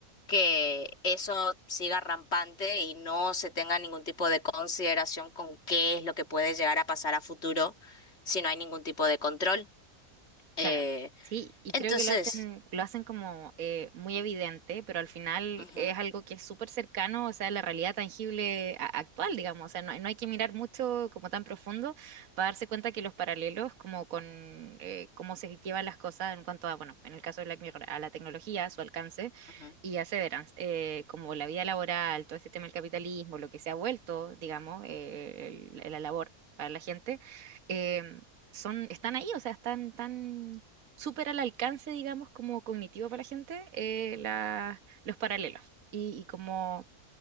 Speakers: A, on the left (about 50°); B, on the right (about 70°).
A: que eso siga rampante y no se tenga ningún tipo de consideración con qué es lo que puede llegar a pasar a futuro si no hay ningún tipo de control.
B: Claro,
A: Eh,
B: sí, y
A: entonces,
B: creo que lo hacen, lo hacen como eh, muy evidente, pero al final
A: ujú,
B: es algo que es súper cercano, o sea, la realidad tangible a- actual, digamos, o sea, no, no hay que mirar mucho como tan profundo para darse cuenta que los paralelos como con eh, cómo se llevan las cosas en cuanto a, bueno, en el caso de Black Mirror, a la tecnología, a su alcance
A: ujú.
B: y a Severance, eh, como la vida laboral, todo este tema del capitalismo, lo que se ha vuelto, digamos, eh, el- la labor para la gente. eh, son, están ahí, o sea, están tan súper al alcance, digamos, como cognitivo para la gente, eh, la- los paralelos y, y como